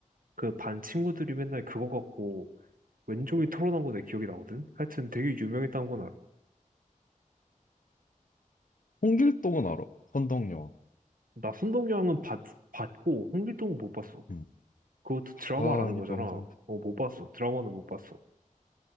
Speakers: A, on the right; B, on the left.
A: 그 반 친구들이 맨날 그거 갖고 왼종일 토론한 건내 기억이 나거든? 하여튼 되게 유명했다는 건
B: 음.
A: 알아.
B: 홍길동은 알아. 선덕여왕.
A: 나 선동여왕은 봤, 봤고, 홍길동은 못 봤어.
B: 음.
A: 그것도 드라마라는
B: 아, 이
A: 거잖아.
B: 명장.
A: 어, 못 봤어. 드라마는 못 봤어.